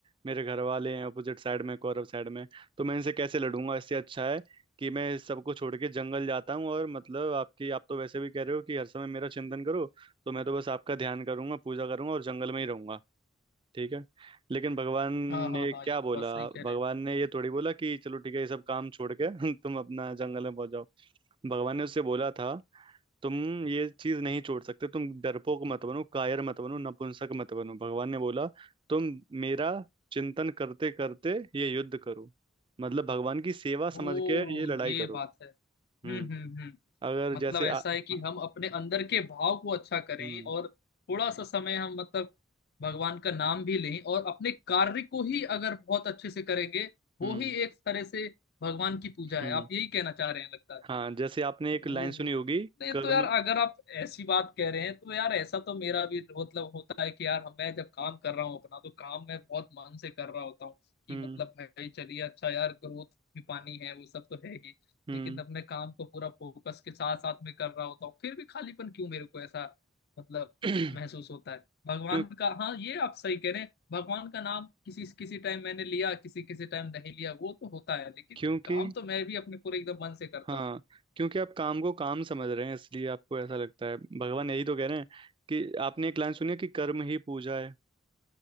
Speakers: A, on the right; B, on the left.
A: मेरे घर वाले हैं अपोजिट साइड में कौरव साइड में तो मैं इनसे कैसे लड़ूंगा इससे अच्छा है कि मैं सबको छोड़ के जंगल जाता हूँ और मतलब आपकी आप तो वैसे भी कह रहे हो कि हर समय मेरा चिंतन करो तो मैं तो बस आपका ध्यान करूंगा पूजा करूंगा और जंगल में ही रहूंगा ठीक है लेकिन भगवान
B: हाँ
A: ने
B: हाँ हाँ
A: क्या
B: ये भी
A: बोला
B: बात सही कह रहे
A: भगवान
B: हैं
A: ने ये थोड़ी बोला कि चलो ठीक है ये सब काम छोड़ के <laughs> तुम अपना जंगल में पहुंच जाओ भगवान ने उससे बोला था तुम ये चीज नहीं छोड़ सकते तुम डरपोक मत बनो कायर मत बनो नपुंसक मत बनो भगवान ने बोला तुम मेरा चिंतन करते करते ये युद्ध करो मतलब भगवान की सेवा समझ
B: ओ
A: के ये लड़ाई
B: ये
A: करो
B: बात है हम्म
A: हम्म
B: हम्म हम्म
A: अगर
B: मतलब
A: जैसे
B: ऐसा
A: आ,
B: है कि
A: हाँ,
B: हम अपने अंदर के भाव को अच्छा करें
A: हम्म
B: और थोड़ा सा समय हम मतलब भगवान का नाम भी लें और अपने कार्य को ही अगर बहुत अच्छे से करेंगे वो
A: हम्म
B: ही एक तरह से भगवान की पूजा
A: हम्म
B: है आप यही कहना चाह रहे हैं लगता है
A: हाँ जैसे आपने एक
B: ओह
A: लाइन सुनी होगी
B: नहीं
A: कर्म
B: तो यार अगर आप ऐसी बात कह रहे हैं तो यार ऐसा तो मेरा भी मतलब होता है कि यार हम- मैं जब काम कर रहा हूँ अपना तो काम मैं बहुत मन से कर रहा होता हूँ कि
A: हम्म
B: मतलब भाई चलिए अच्छा यार ग्रोथ भी पानी है वो सब तो है ही
A: हम्म
B: लेकिन अपने काम को पूरा फोकस के साथ साथ में कर रहा होता हूँ फिर भी खालीपन क्यों मेरे को ऐसा मतलब
A: <clears throat>
B: महसूस होता है भगवान
A: क्यों
B: का हाँ ये आप सही कह रहे हैं भगवान का नाम किसी किसी टाइम मैंने लिया किसी किसी टाइम नहीं लिया वो तो होता है लेकिन
A: क्योंकि
B: काम तो मैं भी अपने पूरे एकदम मन से करता
A: हाँ
B: हूँ
A: क्योंकि आप काम को काम समझ रहे हैं इसलिए आपको ऐसा लगता है भगवान यही तो कह रहे हैं कि आपने एक लाइन सुनी है कि कर्म ही पूजा है